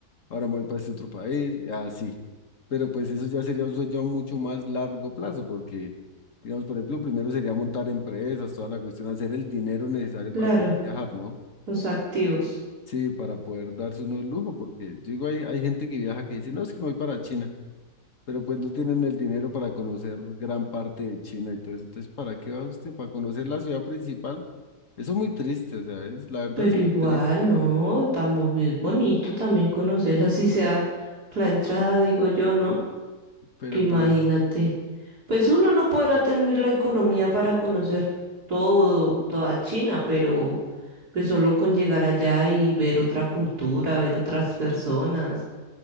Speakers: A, on the left; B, on the right.
A: ahora me voy para este otro país, y así. Pero pues eso ya sería un sueño a mucho más largo plazo, porque, digamos, por ejemplo, primero sería montar empresas, toda la cuestión, hacer el dinero necesario
B: Claro,
A: para poder viajar, ¿no?
B: los activos.
A: Sí, para poder darse uno el lujo, porque yo digo, hay, hay gente que viaja que dice, no, es que me voy para China, pero pues no tienen el dinero para conocer gran parte de China y todo eso. Entonces, ¿para qué va usted? ¿Para conocer la ciudad principal? Eso es muy triste, o sea, es, la verdad
B: Pero
A: es muy
B: igual,
A: triste,
B: no, estamos bien bonito también conocer <laughs> así sea la entrada, digo yo, ¿no?
A: pero
B: Que imagínate.
A: pues
B: Pues uno no podrá tener la economía para conocer todo, toda China, pero pues solo con llegar allá y ver otra cultura, ver otras personas,